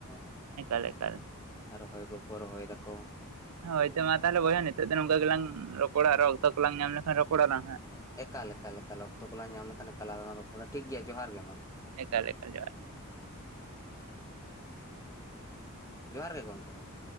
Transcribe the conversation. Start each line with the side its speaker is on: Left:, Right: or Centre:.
Left: ᱾
Right: ᱮᱠᱟᱞ ᱮᱠᱟᱞ ᱾
Left: ᱟᱨ ᱨᱚᱦᱚᱭ ᱠᱚᱠᱚ ᱨᱚᱦᱚᱭ ᱫᱟᱠᱚ,
Right: ᱦᱳᱭ
Left: ᱦᱩᱸ
Right: ᱛᱚ
Left: ᱾
Right: ᱢᱟ ᱛᱟᱦᱚᱞᱮ ᱵᱚᱭᱦᱟ ᱱᱤᱛᱚᱜ ᱫᱚ ᱱᱚᱝᱠᱟ ᱜᱮᱞᱟᱝ ᱨᱚᱯᱚᱲᱟ ᱟᱨᱚ ᱚᱠᱛᱚ ᱠᱚᱞᱟᱝ ᱧᱟᱢ ᱞᱮᱠᱷᱟᱱ ᱨᱚᱯᱚᱲᱟᱞᱟᱝ ᱦᱟᱸᱜ ᱾
Left: ᱮᱠᱟᱞ ᱮᱠᱟᱞ ᱮᱠᱟᱞ ᱚᱠᱛᱚ ᱠᱚᱞᱟᱝ ᱧᱟᱢ ᱞᱮᱠᱷᱟᱱ ᱮᱠᱟᱞ ᱟᱞᱟᱝ ᱞᱟᱝ ᱨᱚᱯᱚᱲᱟ ᱴᱷᱤᱠ ᱜᱮᱭᱟ ᱡᱚᱦᱟᱨ ᱜᱮ ᱢᱟ ᱾
Right: ᱮᱠᱟᱞ ᱮᱠᱟᱞ ᱡᱚᱦᱟᱨ ᱾
Left: ᱡᱚᱦᱟᱨ ᱜᱮ ᱜᱚᱢᱠᱮ ᱢᱟ ᱾